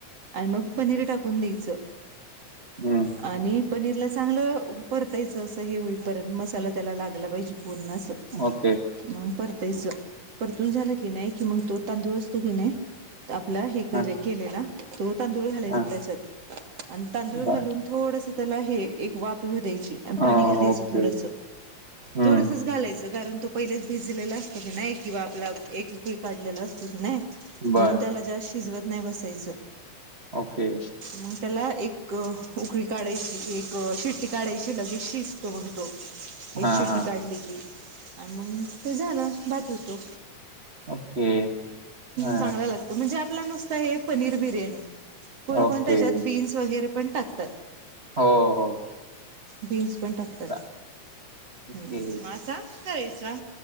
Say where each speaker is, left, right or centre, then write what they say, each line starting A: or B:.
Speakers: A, on the right; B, on the right.
A: आणि मग पनीर टाकून द्यायचं.
B: हम्म.
A: आणि पनीरला चांगलं परतायचं असं हे होईपर्यंत मसाला त्याला लागला पाहिजे पूर्ण असं.
B: ओके.
A: मग परतायचं परतून झालं की नाही कि मग तो तांदूळ असतो की नाही. आपला हे
B: हा
A: केलेला तो तांदूळ घालायचा
B: हा
A: त्याच्यात आणि तांदूळ घालून.
B: बर
A: थोडस त्याला हे एक वाप घऊ द्यायचं. पा
B: अ,
A: घालायच
B: ओके
A: थड
B: हम्म
A: थोड घालायच कारण त पहिलेच भिजलेला असतो कि नाही किंवा आपला एक उकळी काढलेला असतो की नाही
B: बर
A: म्हणून त्याला जास्त. शिजवत नाही बसायचं.
B: ओके.
A: मग त्याला एक उकळी काढायची एक शिट्टी काढायची. लगेच शसतो म्हतो एक
B: हा
A: शिटी
B: हा
A: काढली की. आणि मग ते झालं बचूतो.
B: ओके हा
A: चांगला लागतं म्हणजे आपलं नुसत हे पनीर बिर्याणी. कोण
B: ओके
A: कोण त्याच्यात बीन्स वगैरे पण टाकतात.
B: हो हो.
A: बीन्स पण टाकतात
B: चा ओके
A: हम्म मग असा करायचा.